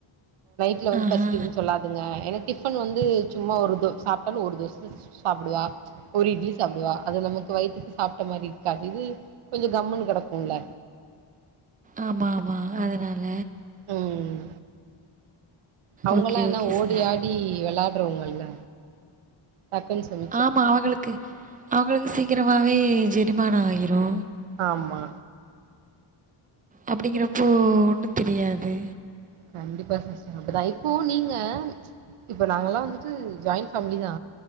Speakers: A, on the right; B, on the right.
A: இல்ல வந்து
B: ஆஹா
A: பசிக்குதுன்னு சொல்லாதுங்க ஏன்னா டிஃப டிபன் வந்து சும்மா ஒரு தோ சாப்பட்டாலு ஒரு தோசை சாப்புடுவா ஒரு இட்லி சாப்புடுவா அது நமக்கு வயித்துக்கு சாப்புட்ட மாரி இருக்காது இது கொஞ்ச கம்மன்னு கடக்கும்ல
B: ஆமா ஆமா அதுனால
A: ம் அவுங்கல்லா
B: ஓகே
A: என்ன
B: ஓகே
A: ஓடி
B: சார்
A: ஆடி வெளாடுறவங்கல்ல டக்குன்னு சொல்
B: ஆமா அவுங்களுக்கு அவுங்களுக்கு சீக்கிரமாவே ஜெரிமானோ ஆகிரு
A: ஆமா
B: அப்புடிங்கிறப்போ ஒன்னு தெரியாது
A: கண்டிப்பா சிஸ்டர் அப்டிதா இப்போ நீங்க இப்போ நாங்கல்லா வந்துட்டு ஜாயிண்ட் ஃபேமிலி தா